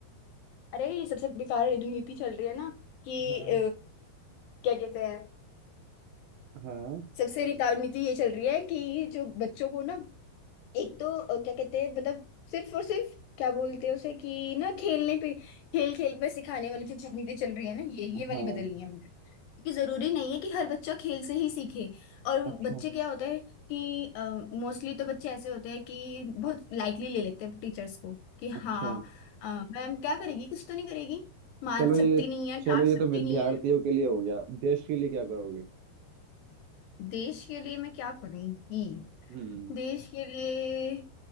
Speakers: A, on the left (about 75°); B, on the right (about 75°).
A: अरे ये सबसे बेकार नीति चल रही है ना कि
B: हाँ
A: अ, क्या कहते हैं
B: हाँ
A: सबसे बेकार नीति ये चल रही है कि जो बच्चों को ना एक तो अ, क्या कहते हैं मतलब सिर्फ और सिर्फ क्या बोलते हैं उसे कि ना खेलने पे खेल खेल पे सिखाने वाली जो चीजें चल रही है ना ये ये वाली
B: हाँ
A: बदलनी है मुझे क्योंकि जरूरी नहीं है कि हर बच्चा खेल से ही सीखे और
B: अच्छा
A: बच्चे क्या होता है कि मोस्टली तो बच्चे ऐसे होते हैं कि बहुत लाइटली ले लेते हैं टीचर्स को कि हाँ
B: अच्छा
A: अ, मैम क्या करेगी कुछ तो नहीं करेगी मार
B: चलो ये
A: सकती नहीं है डांट
B: चलो ये
A: सकती
B: तो विद्यार्थियों
A: नहीं है
B: के लिए हो गया देश के लिए क्या करोगी
A: देश के लिए मैं क्या करूंगी
B: हम्म
A: देश के लिए